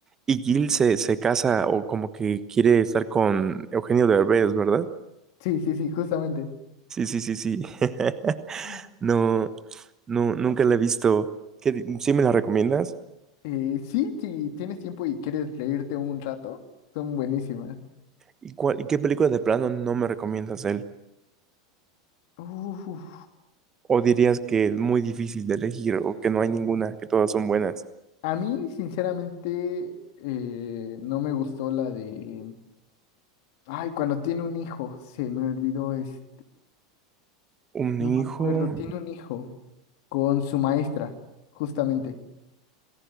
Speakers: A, on the right; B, on the left.
A: Y Gil se, se casa o como que quiere estar con Eugenio Derbez, ¿verdad?
B: Sí, sí, sí, justamente.
A: Sí, sí, sí, sí. <laughs>
B: Mm.
A: No, no, nunca la he visto. ¿Qué, di- sí me la recomiendas?
B: Eh, sí, si tienes tiempo y quieres leerte un rato, son buenísimas.
A: ¿Y cuál, y qué película de plano no me recomiendas de él?
B: Uf.
A: ¿O dirías que es muy difícil de elegir o que no hay ninguna, que todas son buenas?
B: A mí, sinceramente, eh, no me gustó la de... Ay, cuando tiene un hijo, se me olvidó este...
A: Un
B: No
A: hijo,
B: me acuerdo, tiene un hijo con su maestra, justamente.